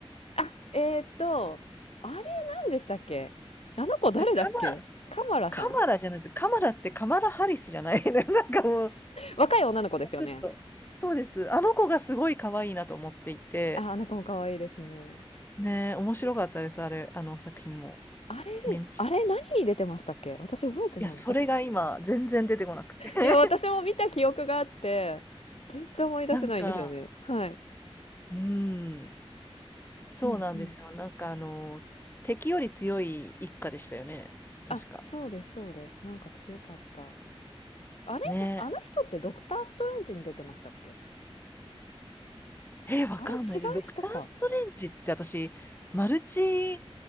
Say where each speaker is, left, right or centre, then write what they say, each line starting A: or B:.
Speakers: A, on the left; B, on the left.
A: あ、えーっと、あれ何でしたっけあの子誰だっけカマラさん
B: あカマ、カマラじゃないです。カマラってカマラ・ハリスじゃない <laughs> なんかもう、ち
A: 若い女の子ですよね。
B: ょっと、そうです。あの子がすごい可愛いなと思っていて、
A: あ、あの子も可愛いですね。
B: ねえ、面白かったです、あれ、あの作品も
A: あれ、
B: 見ました。
A: あれ何に出てましたっけ私覚えてない。
B: いや、それが今、
A: あ、そ
B: 全然出てこなくて。<laughs>
A: いや、私も見た記憶があって、全然思い出せないんですよね。
B: なんか、
A: はい。
B: うん、そうなんですよ。
A: うんうん。
B: なんか、あの、敵より強い一家でしたよね、確か。
A: あ、そうです、そうです。なんか強かった。あれあの人ってドクターストレンジに出てましたっけ
B: ねえ、えーわかんないです。
A: あれ違う人か。
B: ドクター・ストレンジって私、マルチ